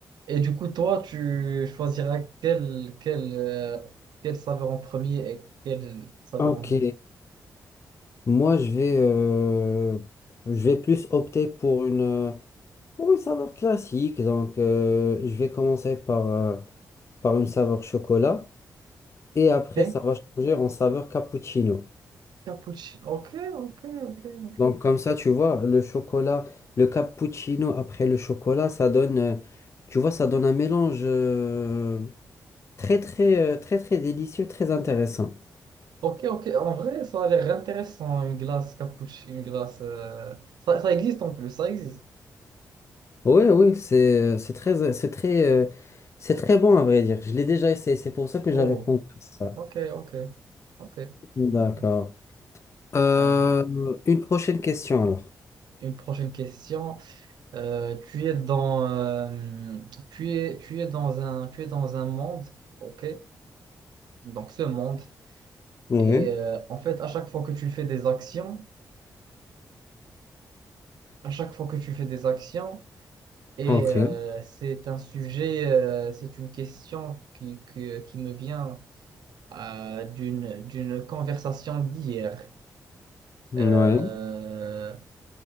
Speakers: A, on the right; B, on the left.
A: Et du coup, toi, tu choisiras quelle, quelle, euh, quelle saveur en premier et quelle saveur
B: Ok.
A: en deuxième.
B: Moi, je vais, euh, je vais plus opter pour une, euh, pour une saveur classique. Donc, euh, je vais commencer par, euh, par une saveur chocolat et après,
A: ok
B: ça va changer en saveur cappuccino.
A: Cappuccino. Ok, ok, ok, ok.
B: Donc comme ça, tu vois, le chocolat, le cappuccino après le chocolat, ça donne, euh, tu vois, ça donne un mélange euh, très très euh, très très délicieux, très intéressant.
A: Ok, ok. En vrai, ça a l'air intéressant, une glace cappuccino, une glace. euh, Ça, ça existe en plus, ça existe.
B: Oui, oui, c'est euh, c'est très euh, c'est très euh, c'est très bon à vrai dire. Je l'ai déjà essayé, c'est pour ça que
A: Oh,
B: j'avais pensé à ça.
A: ok, ok, ok.
B: D'accord.
A: ok, ok.
B: Euh,
A: Euh,
B: une prochaine question alors.
A: une prochaine question. Euh, tu es dans, euh, tu es, tu es dans un, tu es dans un monde, ok? Donc ce monde.
B: Oui.
A: Et euh, en fait, à chaque fois que tu fais des actions, à chaque fois que tu fais des actions. Et
B: Ok.
A: euh, c'est un sujet, euh, c'est une question qui, que- qui me vient euh, d'une, d'une conversation d'hier.
B: Ouais.
A: Euh,